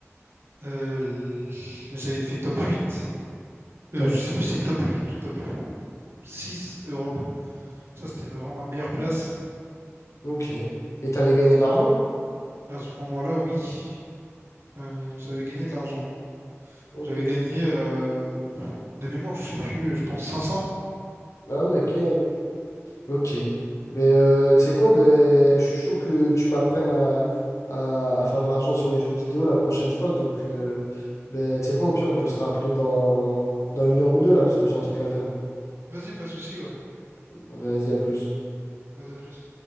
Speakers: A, on the right; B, on the left.
A: Euh, j'avais fait top 8. Euh,
B: Top.
A: je sais plus si c'est top 8 ou top six Europe. Ça, c'était ma- vraiment ma meilleure place.
B: Ok. Et t'avais gagné de l'argent?
A: Et à ce moment-là, oui, euh, j'avais gagné de l'argent.
B: Ok.
A: J'avais gagné euh, de mémoire, je sais plus, je pense cinq cents.
B: Ah ouais, ok. Ok. Ben, euh, tu sais quoi, ben, je suis chaud que tu m'apprennes à, à, à faire de l'argent sur les jeux vidéo la prochaine fois. Donc, euh, ben, tu sais quoi, au pire, on peut se rappeler dans, dans une heure ou deux, là, parce que j'ai un truc à faire.
A: Vas-y, pas de souci, ouais.
B: Vas-y, à plus.
A: Vas-y, à plus.